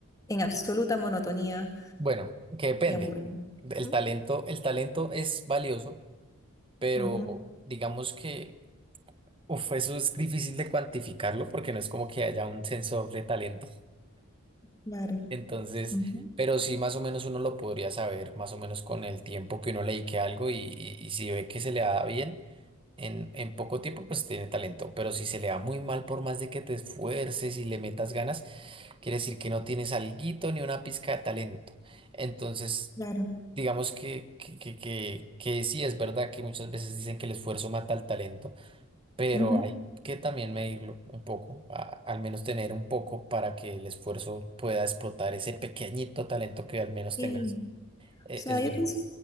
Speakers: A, on the left (about 15°); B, on the right (about 25°).
A: en absoluta monotonía
B: <laughs> bueno, que depende.
A: y aburrimiento.
B: El
A: Ujú,
B: talento, el talento es valioso, pero
A: ujú,
B: digamos que uf, eso es difícil de cuantificarlo porque no es como que haya un sensor de talento.
A: Claro,
B: Entonces,
A: ujú,
B: pero sí más o menos uno lo podría saber, más o menos con el tiempo que uno le dedique a algo y, y- y si ve que se le da bien en, en poco tiempo, pues tiene talento. Pero si se le da muy mal por más de que te esfuerces y le metas ganas, quiere decir que no tienes alguito ni una pizca de talento. Entonces,
A: claro.
B: digamos que, que, que, que, que sí es verdad que muchas veces dicen que el esfuerzo mata al talento pero
A: ujú.
B: hay que también medirlo un poco, a- al menos tener un poco para que el esfuerzo pueda explotar ese pequeñito talento que al menos
A: Y,
B: tengas. Eh,
A: o sea,
B: es
A: yo
B: verdad.
A: pienso,